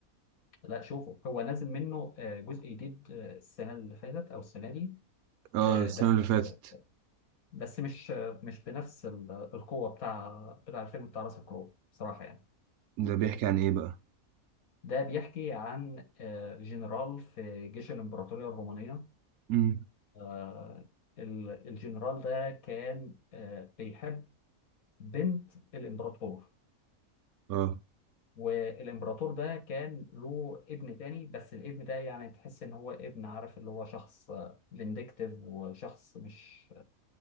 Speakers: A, on the left; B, on the right.
A: لا شوفوا هو نازل منه آه، جزء جديد آه، السنة اللي فاتت أو السنة دي
B: اه
A: آه،
B: السنه
A: بس
B: اللي فاتت
A: آه، بس مش آه، مش بنفس ال- القوة بتاع بتاع الفيلم بتاع راس الكرو بصراحة يعني
B: ده بيحكي عن ايه بقى
A: ده بيحكي عن آه، جنرال في جيش الإمبراطورية الرومانية
B: امم
A: آه، ال- الجنرال ده كان آه، بيحب بنت الإمبراطور
B: اه
A: والإمبراطور ده كان له ابن تاني بس الابن ده يعني تحس إن هو ابن عارف اللي هو شخص فينديكتيف وشخص مش